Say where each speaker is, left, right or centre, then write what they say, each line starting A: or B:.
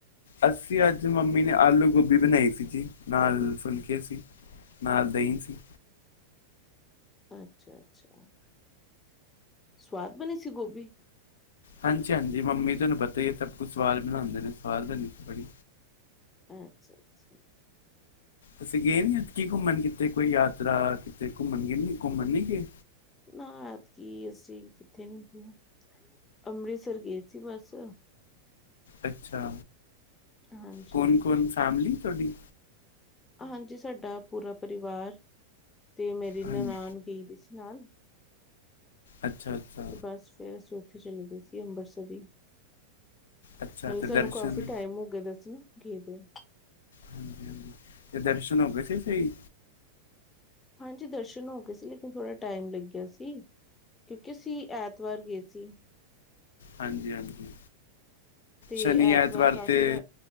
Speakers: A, on the left; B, on the left.
A: ਅਸੀ ਅਜ ਮੰਮੀ ਨੇ ਆਲੂ ਗੋਭੀ ਬਣਾਈ ਸੀ ਜੀ ਨਾਲ ਫੁੱਲਕੇ ਸੀ। ਨਾਲ ਦਈ ਸੀ।
B: ਅਛਾ- ਅਛਾ ਸਵਾਦ ਬਣੀ ਸੀ ਗੋਭੀ
A: ਹਾਂਜੀ ਹਾਂਜੀ ਮੰਮੀ ਤੁਹਾਨੂੰ ਪਤਾ ਹੀ ਹੈ। ਸਭ ਕੁਛ ਸਵਾਦ ਬਣਾਉਦੇ ਨੇ ਸਵਾਦ ਬਣ ਸੀ ਬੜੀ
B: ਅਛਾ- ਅਛਾ-
A: ਅਸੀ ਗਏ ਕੀਥੇ ਕੀ ਘੁੰਮਣ ਕਿਤੇ ਕੋਈ ਯਾਤਰਾ ਕਿਤੇ ਘੁੰਮਣ ਗਏ ਨੀ ਘੁੰਮਣ ਨੀ ਗਏ
B: ਨਾ ਐਤ ਕੀ ਅਸੀ ਕਿਥੇ ਨੀ ਗ ਅੰਮ੍ਰਿਤਸਰ ਗਏ ਸੀ ਬਸ
A: ਅਛਾ
B: ਹਾਂਜੀ
A: ਕੋਣ- ਕੋਣ ਫੈਮਿਲੀ ਤੁਹਾਡੀ
B: ਹਾਂਜੀ ਸਾਡਾ ਪੂਰਾ ਪਰਿਵਾਰ ਤੇ ਮੇਰੀ
A: ਹਾਂਜੀ
B: ਨਨਾਨ ਗਈ ਦੀ ਸੀ ਨਾਲ-
A: ਅਛਾ- ਅਛਾ-
B: ਤੇ ਬਸ ਫੇਰ ਅਸੀ ਉਥੇ ਚਲੇ ਗਏ ਸੀ ਅੰਮ੍ਰਿਤਸਰ ਹੀ।
A: ਅੱਛਾ
B: ਮਤਲਬ
A: ਤੇ
B: ਸਾਨੂੰ
A: ਦਰਸ਼ਨ
B: ਕਾਫੀ ਟਾਈਮ ਹੋ ਗਿਆ ਸੀ ਗਏ ਦੇ
A: ਹਾਂਜੀ ਹਾਂਜੀ ਤੇ ਦਰਸ਼ਨ ਹੋ ਗਏ ਸੀ ਸਹੀ।
B: ਹਾਂਜੀ ਦਰਸ਼ਨ ਹੋ ਗਏ ਸੀ ਲੇਕਿਨ ਥੋੜਾ ਟਾਈਮ ਲਗਿਆ ਸੀ। ਕਿਉਕਿ ਅਸੀ ਐਤਵਾਰ ਗਏ ਸੀ।
A: ਹਾਂਜੀ- ਹਾਂਜੀ
B: ਤੇ
A: ਸ਼ਨੀ ਐਤਵਾਰ
B: ਕਾਫੀ
A: ਤੇ
B: ਰ